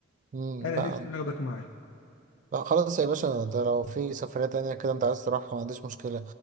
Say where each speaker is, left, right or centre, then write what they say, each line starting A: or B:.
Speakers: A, on the right (about 40°); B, on the left (about 70°).
A: مم.
B: انا
A: بقى
B: نفسي اخدك معايا
A: لا خلاص يا باشا ده لو في سفرية تانية كده انت عايز تروحها ما عنديش مشكلة